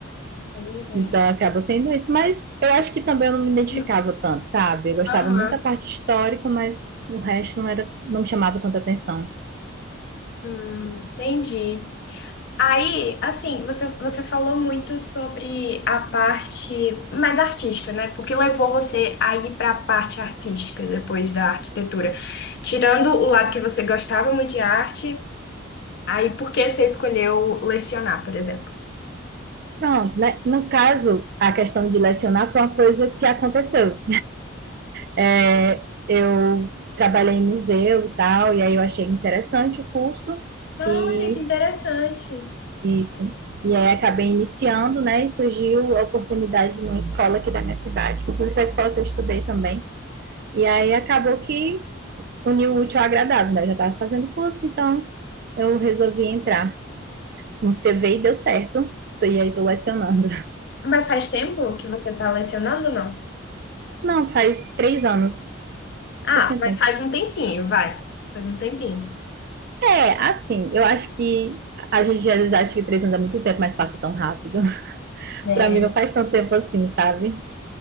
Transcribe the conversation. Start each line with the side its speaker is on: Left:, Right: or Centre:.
Left: é verdade.
Right: Então acaba sendo isso. Mas eu acho que também eu não me identificava
Left: Hum,
Right: tanto, sabe? Eu gostava
Left: Aham,
Right: muito da parte histórica, mas o resto não era, não me chamava tanta atenção.
Left: hum, entendi. Aí, assim, você, você falou muito sobre a parte mais artística, né? Porque levou você a ir para a parte artística depois da arquitetura. Tirando o lado que você gostava muito de arte, aí por que você escolheu lecionar, por exemplo?
Right: Pronto, né? No caso, a questão de lecionar foi uma coisa que aconteceu. É, eu trabalhei em museu e tal, e aí eu achei interessante o curso
Left: Olha,
Right: e
Left: que interessante.
Right: isso. E aí acabei iniciando, né? E surgiu a oportunidade numa escola aqui da minha cidade, que inclusive foi a escola que eu estudei também. E aí acabou que uniu o útil ao agradável, né? Eu já estava fazendo curso, então eu resolvi entrar. Me inscrevi e deu certo. E aí tô lecionando.
Left: Mas faz tempo que você está lecionando, ou não?
Right: <laughs> Não, faz três anos.
Left: Ah,
Right: Pouquinho
Left: mas
Right: tempo.
Left: faz um tempinho, vai. Faz um tempinho.
Right: É, assim, eu acho que a gente às vezes acha que três anos é muito tempo, mas passa tão rápido. <laughs>
Left: É,
Right: pra mim não faz tanto tempo assim, sabe?